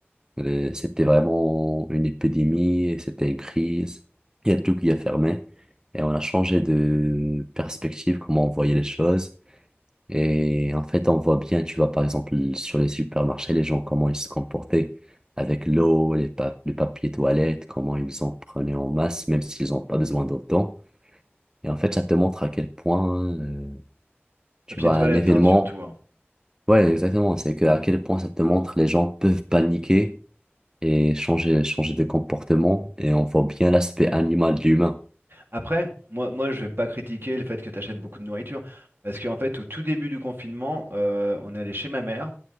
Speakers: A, on the right; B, on the right.
A: euh, C'était vraiment une épidémie, et c'était une crise. Il y a tout qui a fermé. Et on a changé de perspective, comment on voyait les choses. Et en fait, on voit bien, tu vois, par exemple, sur les supermarchés, les gens, comment ils se comportaient avec l'eau, les pa- le papier toilette, comment ils en prenaient en masse, même s'ils n'ont pas besoin d'autant. Et en fait, ça te montre à quel point, euh, tu
B: Papier
A: vois,
B: toilette,
A: un événement,
B: hein, surtout. hein.
A: ouais, exactement, c'est que à quel point ça te montre les gens peuvent paniquer et changer, changer de comportement et on voit bien l'aspect animal de l'humain.
B: Après, moi, moi, je vais pas critiquer le fait que tu achètes beaucoup de nourriture. Parce qu'en fait, au tout début du confinement, euh, on allait chez ma mère.